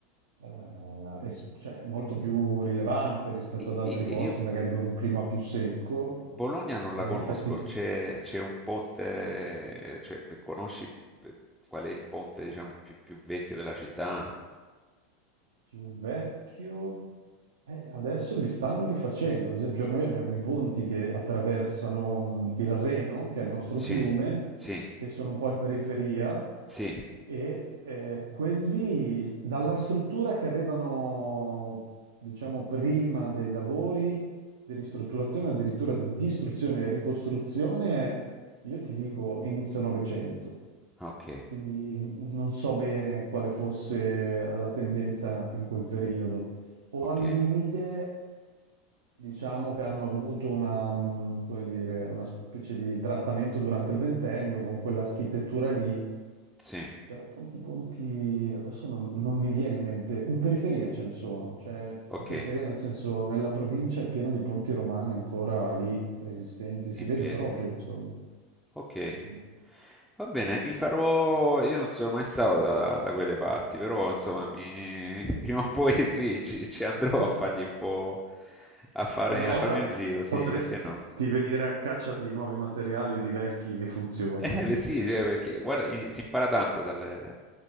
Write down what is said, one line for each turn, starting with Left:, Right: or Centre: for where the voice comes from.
Right: eh, es- cioè, molto più rilevante rispetto
Centre: E-
Right: ad altri
Centre: e- e
Right: posti,
Centre: io,
Right: magari con un clima più secco,
Centre: Bologna
Right: eh,
Centre: non la
Right: e
Centre: conosco,
Right: in effetti s-
Centre: c'è c'è un ponte, cioè, beh, conosci eh, qual è il ponte, diciamo, più, più vecchio della città?
Right: più vecchio. Eh, adesso li stanno rifacendo. Ad esempio, noi abbiamo i ponti che attraversano mh, il Reno, che è il nostro
Centre: Sì,
Right: fiume,
Centre: sì,
Right: che sono un po' in periferia,
Centre: sì,
Right: e eh, quelli dalla struttura che avevano, diciamo, prima dei lavori di ristrutturazione, addirittura di distruzione e ricostruzione, io ti dico inizio Novecento
Centre: ok,
Right: quindi mh, non so bene quale fosse la tendenza in quel periodo. O
Centre: ok,
Right: al limite, diciamo che hanno avuto una, mh, come dire, una specie di trattamento durante il ventennio con quell'architettura lì,
Centre: sì,
Right: però ponti ponti adesso non, non mi viene in mente, in periferia ce ne sono, cioè
Centre: ok,
Right: in periferia nel senso nella provincia è pieno di ponti romani ancora lì resistenti, si
Centre: in
Right: vede
Centre: piedi,
Right: proprio, insomma.
Centre: ok.
Right: Mhm.
Centre: Va bene, mi farò, io non sono mai stato da, da quelle parti, però insomma, mi- <laughs> prima o poi sì, ci, ci andrò
Right: <laughs>
Centre: a fargli un po', a fare-
Right: Una volta
Centre: a farmi un giro, sì,
Right: potresti
Centre: perché no?
Right: venire a caccia di nuovi materiali o di vecchi che funzionano.
Centre: Eh beh, sì, cioè, perché guarda, i- si impara tanto dalle,